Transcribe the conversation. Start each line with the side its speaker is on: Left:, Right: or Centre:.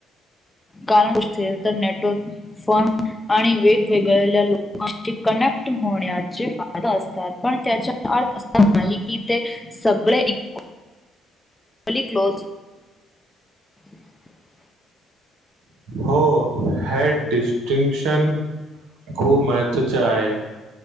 Left: कारण पुसतील तर नेटवर्क फन आणि वेगवेगळ लोकांशी कनेक्ट होण्याचे फायदा असतात. पण त्याचा अर्थ असा नाही कि, ते सगळे इक वली क्लोज <inaudible>
Right: हो, हॅड डिस्टिंगशन खूप महत्त्वाचे आहे.